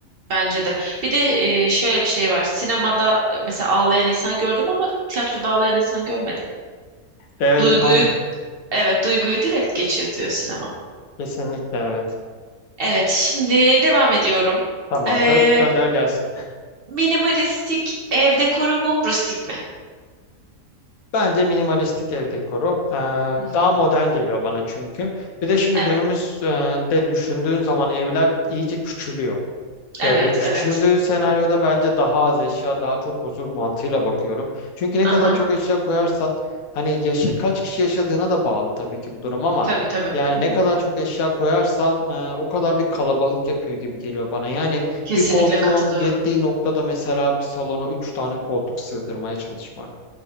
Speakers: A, on the right; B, on the left.
A: Bence de. Bir de e, şöyle bir şey var. Sinemada e, mesela ağlayan insan gördüm ama tiyatroda ağlayan insan görmedim.
B: Evet
A: Duyguyu,
B: ma
A: evet duyguyu direkt geçirtiyor sinema.
B: kesinlikle evet.
A: Evet, şimdi devam ediyorum.
B: Tamamdır.
A: Ee,
B: Gönder gelsin.
A: minimalistik ev dekoru mu, rustik mi?
B: Bence minimalistik ev dekoru. Ee,
A: Hı hı.
B: daha modern geliyor bana çünkü. Bir de şimdi
A: Evet,
B: günümüzde düşündüğün zaman evler iyice küçülüyor.
A: evet,
B: Evet, ve küçüldüğü
A: evet.
B: senaryoda bence daha az eşya, daha çok huzur mantığıyla bakıyorum. Çünkü ne
A: Aha,
B: kadar çok eşya koyarsan hani yaşa, kaç kişi yaşadığına da bağlı tabii ki bu durum ama
A: tabii tabii.
B: yani
A: Hı
B: ne kadar
A: hı.
B: çok eşya koyarsan e, o kadar bir kalabalık yapıyor gibi geliyor bana. Yani
A: Kesinlikle
B: bir koltuğun
A: katılıyorum.
B: yettiği noktada mesela bir salona üç tane koltuk sığdırmaya çalışmak.